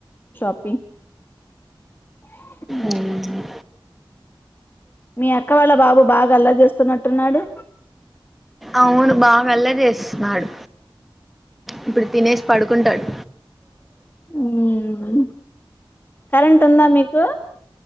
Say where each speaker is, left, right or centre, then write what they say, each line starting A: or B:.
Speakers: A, on the left; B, in the centre.
A: షాపింగ్ హు
B: ఉమ్.
A: మీ అక్క వాళ్ళ బాబు బాగా అల్లారీ చేస్తున్నట్టున్నాడు
B: అవును బాగా అల్లరి చేస్తున్నాడు ఇప్పుడు తినేషి పడుకుంటాడు
A: ఉహ్ కరెంట్ ఉందా మీకు